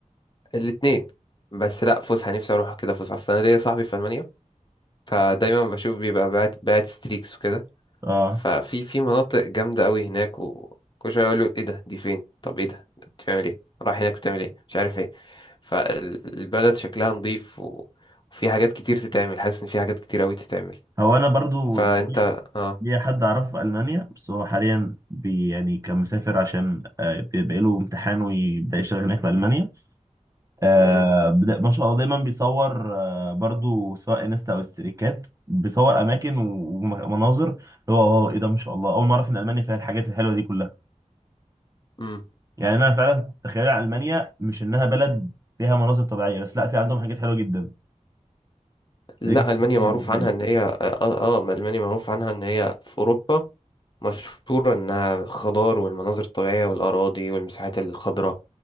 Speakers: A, on the left; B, on the right.
A: الاتنين بس لا فسحه نفسي اروح كده فسحه اصل انا ليا صاحبي في المانيا فدايما بشوف بيبقى باعت باعت ستريكس وكده
B: اه
A: ففي في مناطق جامدة قوي هناك وكل شوية يقولوا ايه ده دي فين طب ايه ده أنت بتعمل ايه رايح هناك بتعمل ايه مش عارف ايه فالبلد شكلها نظيف و... وفي حاجات كتير تتعمل حاسس ان في حاجات كتير قوي تتعمل
B: هو انا برضو
A: فانت
B: ليا
A: اه
B: ليا حد اعرفه في المانيا بس هو حاليا بي يعني كان مسافر عشان آه، بيبقى له امتحان ويبدا يشتغل هناك في المانيا آه،
A: مم.
B: بدأ- ما شاء الله دايما بيصور آه، برضو سواء انستا او استريكات بيصور اماكن و- ومناظر اللي هو واو ايه ده ما شاء الله اول مره اعرف ان المانيا فيها الحاجات الحلوه دي كلها
A: مم.
B: يعني انا فعلا تخيل المانيا مش انها بلد فيها مناظر طبيعيه بس لا في عندهم حاجات حلوه جدا
A: لا
B: <laughs> دي كانت
A: المانيا
B: بالنسبه
A: معروف عنها
B: لي
A: ان هي اه اه آه، المانيا معروف عنها ان هي في اوروبا مشهورة إنها خضار والمناظر الطبيعية والأراضي والمساحات الخضراء